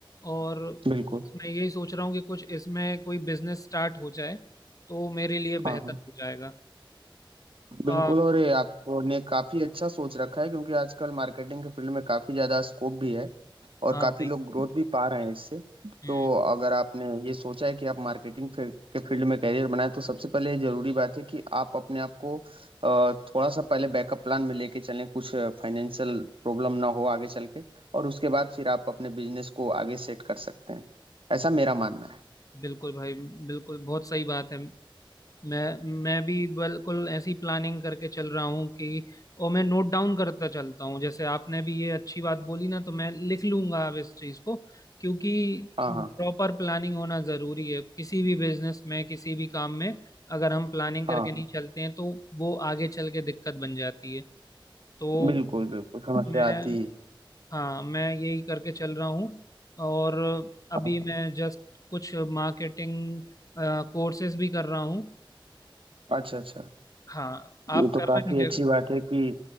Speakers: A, on the left; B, on the right.
A: और
B: बिल्कुल
A: मैं यही सोच रहा हूँ कि कुछ इसमें कोई बिजनेस स्टार्ट हो जाए तो मेरे लिए
B: हाँ
A: बेहतर
B: हाँ
A: हो जाएगा
B: बिल्कुल
A: आ,
B: और ये आपने काफी अच्छा सोच रखा है क्योंकि आजकल मार्केटिंग के फील्ड में काफी ज्यादा स्कोप भी है और
A: हाँ
B: काफी
A: भाई
B: लोग ग्रोथ भी पा रहे हैं इससे
A: हम्म
B: तो अगर आपने ये सोचा है कि आप मार्केटिंग फील्ड- के फील्ड में करियर बनाए तो सबसे पहले ये जरूरी बात है कि आप अपने आप को अ, थोड़ा सा पहले बैकअप प्लान में लेके चलें कुछ फाइनेंशियल प्रॉब्लम ना हो आगे चल के और उसके बाद फिर आप अपने बिजनेस को आगे सेट कर सकते हैं ऐसा मेरा मानना है
A: बिल्कुल भाई बिल्कुल बहुत सही बात है मैं मैं भी बिल्कुल ऐसी प्लानिंग करके चल रहा हूँ कि और मैं नोट डाउन करता चलता हूँ जैसे आपने भी ये अच्छी बात बोली ना तो मैं लिख लूंगा अब इस चीज़ को क्योंकि
B: हाँ
A: प्रॉपर
B: हाँ
A: प्लानिंग होना ज़रूरी है किसी भी बिजनेस में किसी भी काम में अगर हम प्लानिंग
B: हाँ
A: करके नहीं चलते हैं तो वो आगे चल के दिक्कत बन जाती है तो
B: बिल्कुल बिल्कुल समस्या
A: मैं
B: आती है
A: हाँ मैं यही करके चल रहा हूँ और अभी
B: हाँ,
A: मैं जस्ट कुछ मार्केटिंग कोर्सेज भी कर रहा हूँ
B: अच्छा अच्छा
A: हाँ आप
B: ये तो
A: कर
B: काफी
A: रहे हैं क्या
B: अच्छी बात है कि